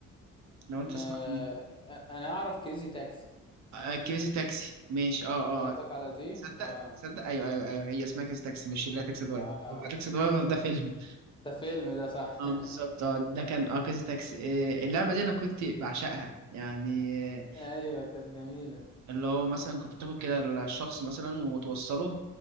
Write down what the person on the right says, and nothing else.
لو
أنت سمعت عنها.
آه كريزي تاكسي ماشي أه أه
آه.
صدق
صدق أيوه أيوه أيوه هي اسمها كريزي تاكسي مش اللي هي تاكسي درايفر
هو تاكسي درايفر ده فيلم
أه
بالظبط أه ده كان أه كريزي تاكسي آه، اللعبة دي أنا كنت بعشقها يعني آه،
اللي هو مثلا كنت بتاخد كده الشخص مثلا وتوصله